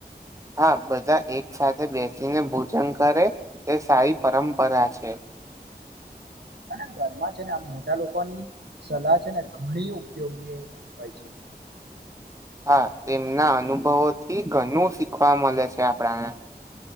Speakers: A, on the right; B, on the right.
A: હા બધા એક સાથે બેસીને ભોજન કરે તે સારી પરંપરા છે
B: <unintelligible> અને ઘરમાં છે ને આ મોટા લોકોની સલાહ છે ને ઘણી ઉપયોગી હોય છે <unintelligible>
A: હા તેમના અનુભવોથી ઘણું શીખવા મળે છે આપણાને